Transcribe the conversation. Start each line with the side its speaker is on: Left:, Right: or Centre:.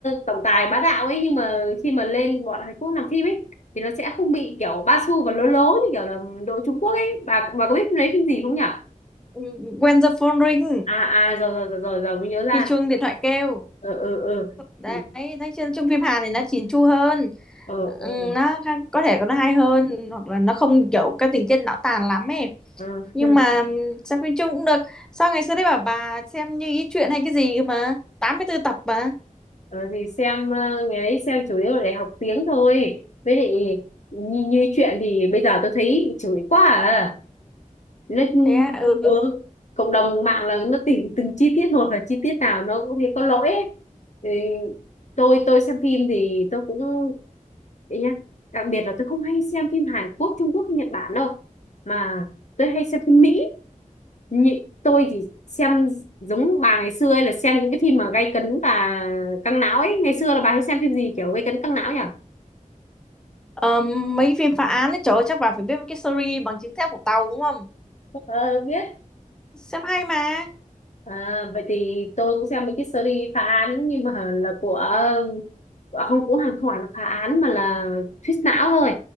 Left: tổng tài bá đạo ấy nhưng mà khi mà lên bọn Hàn Quốc làm phim ấy thì nó sẽ không bị kiểu ba xu và lố lố như kiểu là đội Trung Quốc ấy bà bà có biết lấy phim gì không nhỉ
Centre: Ừ, When the phone ring
Left: à à rồi rồi rồi rồi, rồi mới nhớ ra
Centre: khi chuông điện thoại kêu
Left: ờ ờ ờ
Centre: đấy
Left: ừ
Centre: thấy chưa chung phim Hàn thì nó chỉn chu hơn
Left: ừ, ừ.
Centre: ừ, nó có thể nó hay hơn hoặc là nó không kiểu cái tình tiết não tàn lắm ấy
Left: Ờ,
Centre: nhưng
Left: <laughs>
Centre: mà xem phim chung cũng được sao ngày xưa đấy bảo bà xem như ý chuyện hay cái gì mà 84 tập mà
Left: ờ, thì xem ờ, ngày đấy xem chủ yếu để học tiếng thôi với lại như, như chuyện thì bây giờ tôi thấy bị chửi quá à nó
Centre: thế à, ừ
Left: ừ, cộng đồng mạng là nó tìm từng chi tiết một và chi tiết nào nó cũng thấy có lỗi ấy. Thì tôi tôi xem phim thì tôi cũng đấy nhá đặc biệt là tôi không hay xem phim Hàn Quốc Trung Quốc hay Nhật Bản đâu mà tôi hay xem phim Mỹ Nhị, tôi thì xem giống bà ngày xưa ấy là xem những cái phim mà gay cấn và căng não ấy ngày xưa là bà hay xem phim gì kiểu gay cấn căng não nhỉ
Centre: Ờ, mấy phim phá án ấy trời ơi chắc bà phải biết cái series bằng chứng thép của tàu đúng không
Left: Ờ, biết
Centre: xem hay mà
Left: à, vậy thì tôi cũng xem mấy cái series phá án nhưng mà là của à, không cũng hẳn không phải là phá án mà là thuyết não thôi